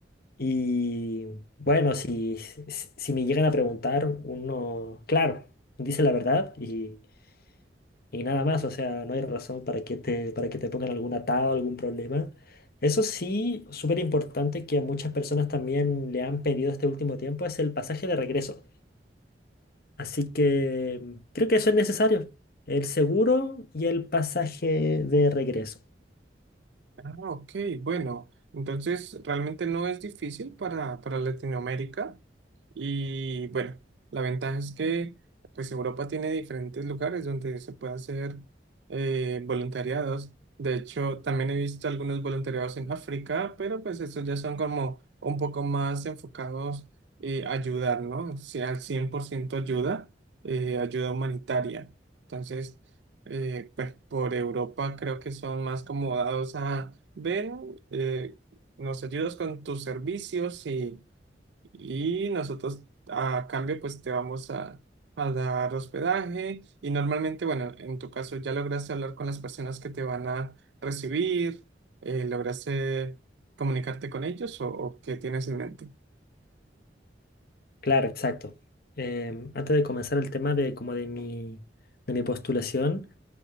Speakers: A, on the left (about 60°); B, on the right (about 75°).
A: Y bueno, si, si si me llegan a preguntar, uno, claro, dice la verdad y... Y nada más, o sea, no hay razón para que te, para que te pongan algún atado, algún problema. Eso sí, súper importante que a muchas personas también le han pedido este último tiempo es el pasaje de regreso. Así que mm, creo que eso es necesario. El seguro y el pasaje de regreso.
B: Ah, ok, bueno, entonces realmente no es difícil para, para Latinoamérica. Y bueno, la ventaja es que pues Europa tiene diferentes lugares donde se puede hacer eh, voluntariados. De hecho, también he visto algunos voluntariados en África, pero pues estos ya son como un poco más enfocados eh, a ayudar, ¿no? Si al 100% ayuda, eh, ayuda humanitaria. Entonces, eh, pues por Europa creo que son más como dados a, ven, eh, nos ayudas con tus servicios y y nosotros a cambio pues te vamos a, a dar hospedaje y normalmente, bueno, en tu caso ya lograste hablar con las personas que te van a recibir, eh, lograste comunicarte con ellos o, o qué tienes en mente.
A: Claro, exacto. Em, antes de comenzar el tema de como de mi, de mi postulación.